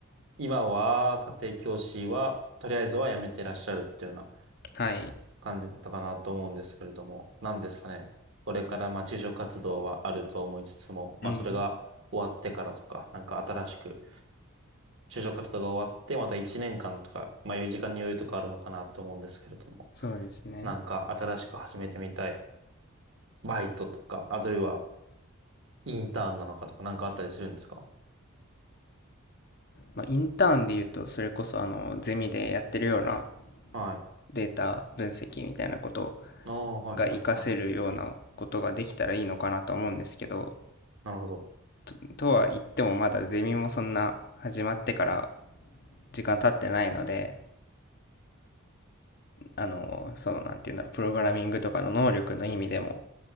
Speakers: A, on the right (about 55°); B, on the left (about 45°).
A: 今は家庭教師は、とりあえずは辞めてらっしゃるっていうような
B: はい。
A: 感じだったかなと思うんですけれども、何ですかね。これからまあ就職活動はあると思いつつも、
B: うん。
A: まあそれが終わってからとか、なんか新しく就職活動が終わって、また1年間とか、まあ余裕時間に余裕とかあるのかなと思うんですけれども、
B: そうですね。
A: なんか新しく始めてみたいバイトとか、あるいはインターンなのかとか、なんかあったりするんですか
B: まあ、インターンで言うと、それこそあのゼミでやってるような
A: はい。
B: データ分析みたいなこと
A: ああ、はい、
B: が活かせるようなことができたらいいのかなと思うんですけど、
A: はい、はい。なるほど。
B: と、とは言ってもまだゼミもそんな始まってから時間経ってないので、あの、その、なんていうんだろう、プログラミングとかの能力の意味でも、